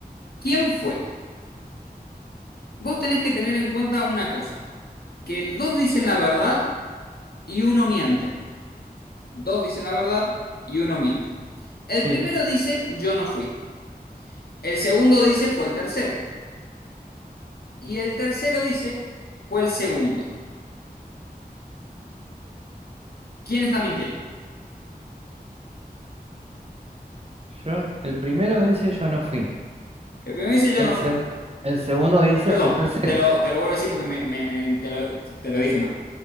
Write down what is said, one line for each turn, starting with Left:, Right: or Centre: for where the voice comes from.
Left: ¿quién fue? Vos tenés que tener en cuenta una cosa, que dos dicen la verdad y uno miente. Dos dicen la verdad y uno miente. El
Right: Sí.
Left: primero dice, yo no fui. El segundo dice, fue el tercero. Y el tercero dice, fue el segundo. ¿Quién está mintiendo?
Right: Yo, el primero dice yo no fui.
Left: El primero dice, yo
Right: El,
Left: no
Right: seg-
Left: fui.
Right: el segundo dice
Left: Perdón,
Right: fue el tercero.
Left: te lo, te lo vuelvo a decir porque me, me- eh, te lo, te lo dije mal.